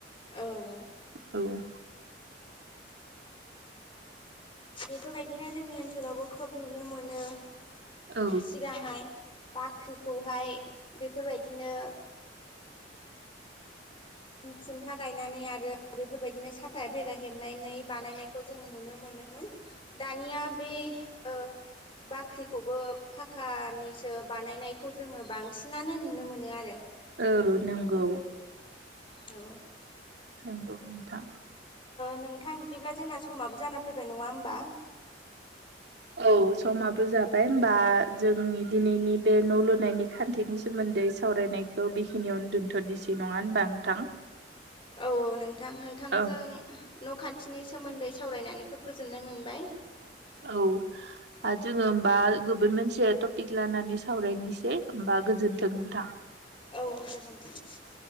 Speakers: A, on the left; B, on the right.
A: औ
B: औ'
A: बेफोरबायदिनो जोंनि ओनसोलावबो खोब नुनो मोनो
B: औ
A: सिगांहाय बाख्रिखौहाय बेफोरबायदिनो
B: <inaudible>
A: खुन्था गायनानै आरो बेफोरबायदिनो साथा बेरा हेबनानै बानायनायखौ जों नुनो मोनो दानिया बे ओ बाख्रिखौबो फाखानिसो बानायनायखौ जोङो बांसिनानो नुनो मोनो आरो
B: औ नंगौ
A: औ
B: नंगौ नोंथां
A: नोंथां बिदिब्ला जोंना समाबो जाना फैबाय नङा होमबा
B: औ समाबो जाबाय होमबा जोंनि दिनैनि बे न' लुनायनि खान्थिनि सोमोन्दै सावरायनायखौ बेखिनियावनो दोन्थ'नोसै नङा होनबा नोंथां
A: औ औ नोंथां नोंथांजों
B: औ
A: न'खान्थिनि सोमोन्दै सावरायनानै खोब गोजोननाय मोनबाय
B: औ जोङो होमबा गोुन मोनसे टपिक लानानै सावरायनोसै होमबा गोजोन्थों नोंथां
A: औ औ गोजोन्थों